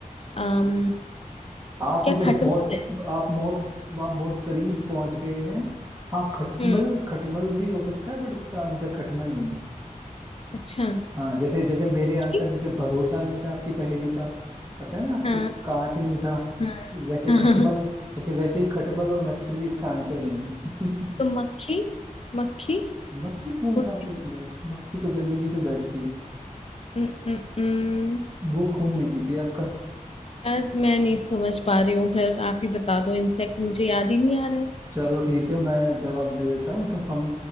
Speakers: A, on the left; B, on the right.
A: अम
B: आप
A: क्या
B: मतलब
A: खटमल
B: बहुत
A: है
B: आप बहुत आप बहुत करीब पहुंच गए हैं हाँ खटमल
A: हम्म
B: खटमल भी हो सकता है बट इसका आंसर खटमल नहीं
A: अच्छा
B: हाँ जैसे जैसे मेरे आंसर
A: ठीक,
B: जैसे भरोसा नहीं था आपकी पहेली का पता है ना आपको
A: हाँ
B: कांच नहीं था
A: हाँ
B: वैसे
A: <laughs>
B: खटमल
A: हाँ
B: जैसे वैसे ही खटमल और मच्छर भी इसका आंसर नहीं है <laughs>
A: तो मक्खी मक्खी
B: मक्खी खून
A: होती
B: कहाँ पीती
A: है।
B: है मक्खी तो गंदगी पे बैठती है
A: उम, उम, उम,
B: वो खून नहीं पीती है आपका
A: यार मैं नहीं समझ पा रही हूँ फिर आप ही बता दो इंसेक्ट मुझे याद ही नहीं आ रहा है
B: चलो ठीक है मैं जवाब दे देता हूँ तो हम